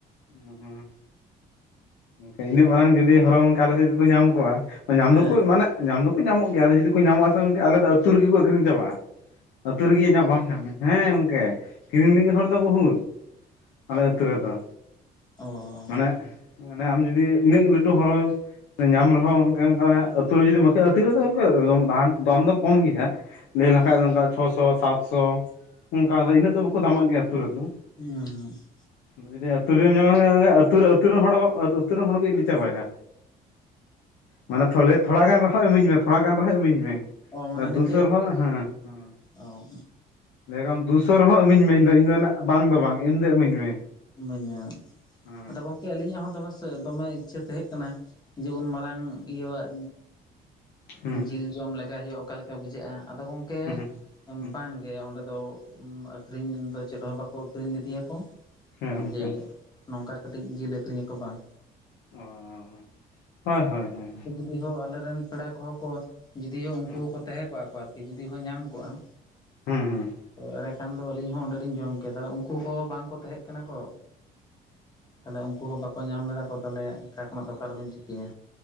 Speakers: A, on the left; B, on the left.
A: ᱦᱩᱸ ᱤᱱᱟᱹᱜ ᱢᱟᱨᱟᱝ ᱡᱩᱫᱤ ᱦᱚᱨᱚ ᱚᱱᱠᱟ ᱟᱞᱮ ᱥᱮᱫ ᱡᱩᱫᱤ ᱠᱚ ᱧᱟᱢ ᱠᱚᱜ-ᱟ ᱧᱟᱢ
B: ᱦᱮᱸ
A: ᱫᱚᱠᱚ ᱢᱟᱱᱮ ᱧᱟᱢ ᱫᱚᱠᱚ ᱧᱟᱢᱚᱜ ᱜᱮᱭᱟ, ᱟᱫᱚ ᱡᱩᱫᱤ ᱠᱚ ᱧᱟᱢᱚᱜ ᱟᱥᱮ ᱜᱚᱝᱠᱮ ᱟᱞᱮ ᱫᱚ ᱟᱹᱛᱩ ᱨᱮᱜᱮ ᱠᱚ ᱟᱹᱠᱷᱨᱤᱧ ᱪᱟᱵᱟᱜᱼᱟ᱾ ᱟᱹᱛᱩ ᱨᱮᱜᱮ ᱤᱧᱟᱹᱜ <unintelligible> ᱦᱮᱸ ᱜᱚᱢᱠᱮ ᱠᱤᱨᱤᱧ ᱞᱟᱹᱜᱤᱫ ᱦᱚᱲ ᱫᱚ ᱵᱚᱦᱩᱫ᱾ ᱟᱞᱮ ᱟᱹᱛᱩ ᱨᱮᱫᱚ᱾
B: ᱚᱻ
A: ᱢᱟᱱᱮ ᱢᱟᱱᱮ ᱟᱢ ᱡᱩᱫᱤ ᱤᱱᱟᱹᱜ ᱞᱟᱹᱴᱩ ᱦᱚᱨ ᱨᱮᱼᱼ ᱧᱟᱢ ᱨᱮᱦᱚᱸ ᱚᱱᱮ ᱚᱱᱠᱟ ᱟᱹᱛᱩ ᱨᱮ ᱡᱩᱫᱤ ᱢᱟᱹᱠᱣᱟᱹᱜ-ᱟ ᱟᱫᱚ ᱛᱤᱨᱮᱫᱚ <unintelligible> ᱫᱟᱢ ᱫᱚ ᱠᱚᱢ ᱜᱮᱭᱟ᱾ ᱞᱟᱹᱭ
B: ᱦᱩᱸ
A: ᱞᱮᱠᱷᱟᱡ ᱫᱚ ᱚᱱᱠᱟ ᱪᱷᱚᱥᱚ ᱥᱟᱛᱥᱚ ᱚᱱᱠᱟ ᱫᱚ ᱤᱱᱟᱹᱜ ᱫᱚ ᱵᱟᱠᱚ ᱫᱟᱢᱟᱜ ᱜᱮᱭᱟ ᱟᱹᱛᱩ ᱨᱮᱫᱚ᱾
B: ᱦᱩᱸ ᱾
A: <unintelligible> <unintelligible> ᱨᱮᱢ ᱧᱟᱢ ᱞᱮᱱᱠᱷᱟᱱ ᱟᱹᱛᱩ ᱨᱮᱱ ᱟᱹᱛᱩ ᱨᱮᱱ ᱦᱚᱲ ᱟᱹᱛᱩ ᱨᱮᱱ ᱦᱚᱲ ᱜᱮ ᱤᱫᱤ ᱪᱟᱵᱟᱭᱟ᱾ ᱢᱟᱱᱮ ᱛᱷᱚᱞᱮ ᱛᱷᱚᱲᱟ ᱜᱟᱱ ᱨᱮᱦᱚᱸ ᱤᱢᱟᱹᱧ ᱢᱮ ᱛᱷᱚᱲᱟ ᱜᱟᱱ ᱨᱮᱦᱚᱸ ᱤᱢᱟᱹᱧ ᱢᱮ᱾
B: ᱚ ᱢᱟᱱᱮ
A: ᱟᱨ ᱫᱩᱥᱚ
B: ᱱᱤᱝᱠᱟᱹ
A: ᱨᱮᱦᱚᱸ ᱦᱮᱸ ᱦᱩᱸ᱾
B: ᱚ
A: ᱞᱟᱹᱭᱟᱠᱚᱢ ᱫᱩᱥᱚ ᱨᱮᱦᱚᱸ ᱤᱢᱟᱹᱧ ᱢᱮ ᱤᱧᱫᱚ ᱤᱧᱫᱚ ᱱᱟᱜ ᱵᱟᱝ ᱫᱚ ᱵᱟᱝ ᱮᱢ ᱫᱚ ᱤᱢᱟᱹᱧ ᱢᱮ᱾
B: ᱤᱢᱟᱹᱧᱟ
A: ᱦᱮᱸ
B: ᱟᱫᱚ ᱜᱚᱢᱼᱼ ᱠᱮ ᱟᱹᱞᱤᱧᱟᱜ ᱦᱚᱸ ᱫᱚᱢᱮ ᱥᱮ ᱫᱚᱢᱮ ᱤᱪᱪᱷᱟᱹ ᱛᱟᱦᱮᱸ ᱠᱟᱱᱟ ᱡᱮ ᱩᱱ ᱢᱟᱨᱟᱝ ᱤᱭᱟᱹᱣᱟᱜᱼᱼ
A: ᱦᱩᱸ
B: ᱡᱤᱞ ᱡᱚᱢ ᱞᱮᱜᱟᱭ ᱦᱩᱭᱩᱜᱼᱟ ᱚᱠᱟ ᱞᱮᱠᱟ ᱵᱩᱡᱷᱟᱹᱜᱼᱟ᱾ ᱟᱫᱚ ᱜᱚᱝᱠᱮ
A: ᱦᱩᱸ ᱦᱩᱸ
B: ᱵᱟᱝ᱾ ᱜᱮ ᱚᱸᱰᱮ ᱫᱚ ᱟᱠᱠᱷᱨᱤᱧ ᱫᱚ ᱪᱮᱫ ᱦᱚᱸ ᱵᱟᱠᱚ ᱟᱠᱷᱨᱤᱧ ᱞᱮᱫᱮᱭᱟᱠᱚ᱾
A: ᱦᱮᱸ ᱜᱚᱝᱠᱮ
B: ᱡᱮ ᱱᱚᱝᱠᱟ ᱠᱟᱹᱴᱤᱡ ᱡᱤᱞ ᱟᱹᱠᱷᱨᱤᱧ ᱟᱠᱚ ᱵᱟᱝ᱾
A: ᱚ ᱦᱳᱭ ᱦᱳᱭ ᱦᱳᱭ᱾
B: <unintelligible> ᱟᱞᱮ ᱨᱮᱱ ᱯᱮᱲᱟ ᱠᱚᱦᱚᱸ ᱠᱚ ᱡᱩᱫᱤᱭᱳ ᱩᱱᱠᱩ
A: ᱦᱩᱸ
B: ᱦᱚᱠᱚ ᱛᱟᱦᱮᱸ ᱠᱚᱜᱼᱟ ᱠᱚ ᱟᱨᱠᱤ ᱡᱩᱫᱤ ᱠᱚ ᱧᱟᱢ ᱠᱚᱜᱼᱟ᱾
A: ᱦᱩᱸ ᱦᱩᱸ
B: ᱟᱱᱮᱼᱼ ᱮᱱᱠᱷᱟᱱ ᱫᱚ ᱟᱹᱞᱤᱧ ᱦᱚᱸ ᱚᱸᱰᱮᱞᱤᱧ ᱡᱚᱢ ᱠᱮᱜ-ᱟ ᱛᱟᱦᱮ ᱩᱱᱠᱩ ᱦᱚᱸ ᱵᱟᱝᱠᱚ ᱛᱟᱦᱮᱸ ᱠᱟᱱᱟ ᱠᱚ᱾ ᱛᱟᱦᱞᱮ ᱩᱱᱠᱩ ᱦᱚᱸ ᱵᱟᱠᱚ ᱧᱟᱢ ᱞᱮᱫᱟ ᱠᱚ ᱛᱟᱦᱚᱞᱮ ᱚᱠᱟ ᱠᱷᱚᱱᱟᱜ ᱫᱚ ᱚᱠᱟ ᱨᱮᱵᱮᱱ ᱪᱤᱠᱟᱹᱭᱟ?